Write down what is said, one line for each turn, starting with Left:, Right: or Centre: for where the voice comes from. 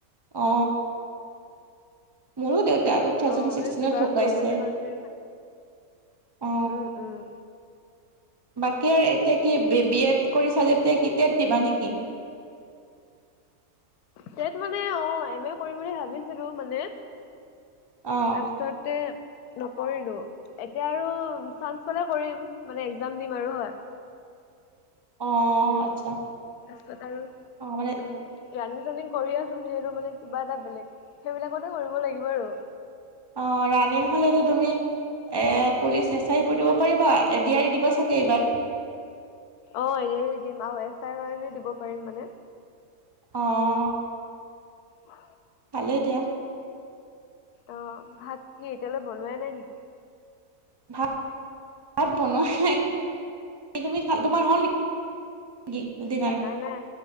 Right: অ মোৰো দেউ তা টু থাউজেণ্ড
Left: অ
Right: ছিক্সটিনত
Left: সেই চুগাৰ
Right: ঢুকাইছে।
Left: প্ৰব্লেম কাৰণে
Right: অ
Left: উম উম
Right: বাকী আৰু এতিয়া কি বি এড কৰি চা যেতিয়া কি টেট দিবা নেকি
Left: টেট মানে অ এম এ কৰিম বুলি ভাবিছিলো মানে
Right: অ
Left: তাৰপিছতে নকৰিলোঁ, এতিয়া আৰু চাঞ্চ পালে কৰিম, মানে একজাম দিম আৰু হয়
Right: অ আচ্ছা।
Left: তাৰ পাছত আৰু,
Right: অ মানে
Left: উম ৰানিং চানিং কৰি আছো যিহেতু মানে কিবা এটা বেলেগ সেইবিলাকতে কৰিব লাগিব আৰু
Right: অ ৰানিং হলেতো তুমি এ পুলিচ এছ আই বোৰ দিব পাৰিবা এডি আৰি দিব চাগে এইবাৰ
Left: অ এ ডি আৰ ই দিম আৰু এছ আই কাৰণেও দিব পাৰিম মানে।
Right: অহ
Left: অ
Right: ভালে দিয়া
Left: অ ভাত কি এতিয়ালৈ বনোৱাই নাই নেকি?
Right: ভাত ভাত বনোৱা নাই তুমি ভাল তোমাৰ হল নেকি? ডিনাৰ
Left: নাই নাই